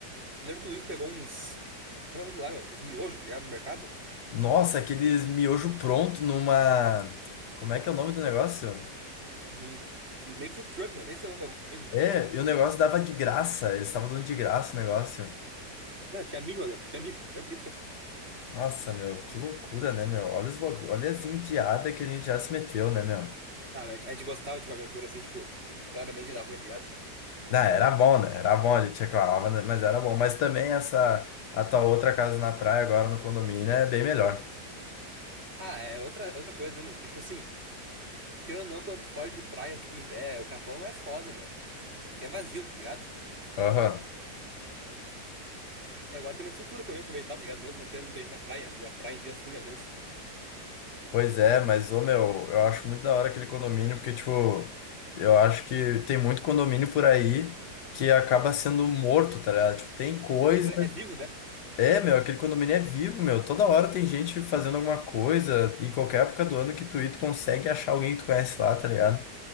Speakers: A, on the right; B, on the left.
A: Lembro que o Luiz pegou uns. Eu lembro lá, meu, uns miojos, ligado no mercado.
B: Nossa, aqueles miojo pronto numa. Como é que é o nome do negócio?
A: Num meio food truck, meu, nem sei o nome do bagulho.
B: É, e o negócio dava de graça, eles estavam dando de graça o negócio.
A: Não, tinha mijo lá dentro, tinha mijo, lembro 100%.
B: Nossa, meu, que loucura, né, meu? Olha os bagulho, olha as indiadas que a gente já se meteu, né, meu?
A: Ah, mas a gente gostava de uma aventura assim, tipo, que claramente ia dar ruim, tá ligado?
B: Não, era bom, né? Era bom, a gente reclamava, né? Mas era bom. Mas também essa, a tua outra casa na praia agora no condomínio é bem melhor.
A: Ah, é outra, é outra coisa, né, meu? Porque, Tipo assim, querendo ou não, quando tu foge de praias, tipo, Imbé, o Capão é foda, meu. Porque é vazio, tá ligado?
B: Aham.
A: E agora tem uma estrutura pra mesmo aproveitar, tá ligado? Mesmo não tendo muita gente na praia, e a praia em dias ruins, às vezes.
B: Pois é, mas, ô, meu, eu acho muito da hora aquele condomínio, porque, tipo, eu acho que tem muito condomínio por aí que acaba sendo morto, tá ligado? Tipo, tem coisa
A: Pois é, é vivo, né?
B: É, meu, aquele condomínio é vivo, meu. Toda hora tem gente fazendo alguma coisa, em qualquer época do ano que tu ir, tu consegue achar alguém que tu conhece lá, tá ligado?